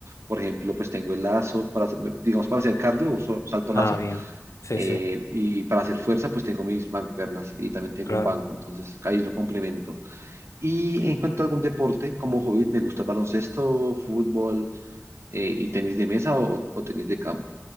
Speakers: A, on the right; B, on the left.
A: Por ejemplo, pues tengo el lazo para, hacer- digamos, para hacer cardio, uso salto lazo,
B: Ah, bien. Sí,
A: eh,
B: sí,
A: y para hacer fuerza, pues tengo mis mancuernas y también tengo
B: claro.
A: un banco, entonces ahí lo complemento. Y en cuanto a algún deporte, como hobby, me gusta el baloncesto, fútbol, eh, y tenis de mesa o, o tenis de campo.